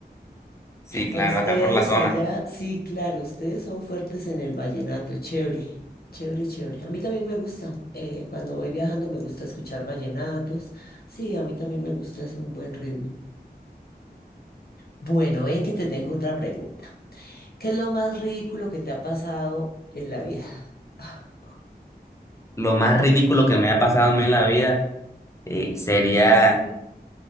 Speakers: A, on the left (about 15°); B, on the left (about 65°).
A: sí, claro,
B: ¿A ustedes
A: acá por la zona.
B: allá? Sí, claro, ustedes son fuertes en el vallenato. Chévere, chévere, chévere. A mí también me gusta. eh, cuando voy viajando me gusta escuchar vallenatos. Sí, a mí también me gusta, es un buen ritmo. Bueno, ven que te tengo otra pregunta. ¿Qué es lo más ridículo que te ha pasado en la vida? <laughs>
A: Lo más ridículo que me ha pasado a mí en la vida eh, sería
B: Sí.